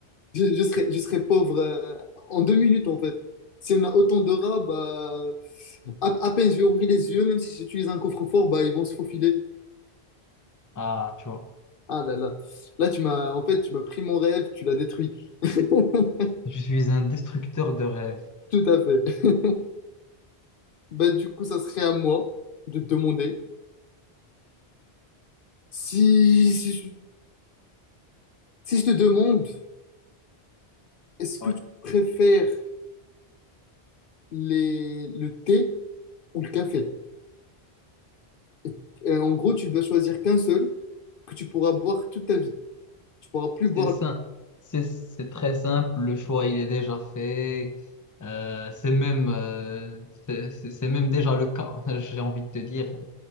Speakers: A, on the left; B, on the left.
A: Je, je serais, je serais pauvre euh, en deux minutes en fait. Si on a autant de rats, bah, à, à peine je vais ouvrir les yeux, même si j'utilise un coffre-fort, bah, ils vont se faufiler.
B: Ah, tu vois.
A: Ah là là. Là, tu m'as, en fait, tu m'as pris mon rêve, tu l'as détruit. <laughs> Tout
B: Je suis un destructeur de rêves.
A: à fait. Bah, du coup, ça serait à moi de te demander si, si, si si je te demande, est-ce que
B: Ouais.
A: tu préfères les, le thé ou le café? Et, et en gros, tu dois choisir qu'un seul que tu pourras boire toute ta vie. Tu pourras plus boire.
B: C'est ça. C'est, c'est très simple. Le choix, il est déjà fait. Euh, c'est même, euh, c'est c'est- c'est même déjà le cas. <laughs> J'ai envie de te dire.